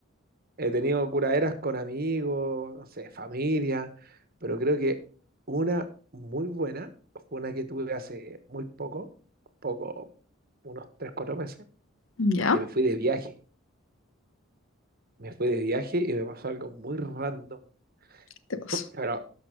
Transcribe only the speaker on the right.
He tenido curaderas con amigos, no sé, familia, pero creo que una muy buena fue una que tuve hace muy poco, poco, unos 3 4 meses,
que me fui de viaje. Me fui de viaje y me pasó algo muy random.
<laughs>
pero